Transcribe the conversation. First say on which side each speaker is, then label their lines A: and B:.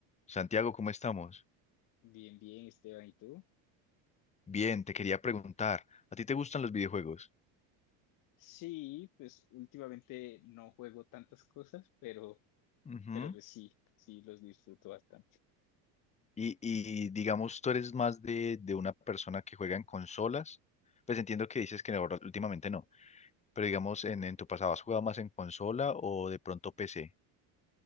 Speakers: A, on the left; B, on the left.
A: Santiago, ¿cómo estamos?
B: Bien, bien, Esteban, ¿y tú?
A: Bien, te quería preguntar, ¿a ti te gustan los videojuegos?
B: Sí, pues últimamente no juego tantas cosas, pero,
A: Ujú.
B: pero pues sí, sí los disfruto bastante.
A: Y, y digamos, tú eres más de, de una persona que juega en consolas. Pues entiendo que dices que ahora últimamente no, pero digamos, en, en tu pasado, ¿has jugado más en consola o de pronto PC?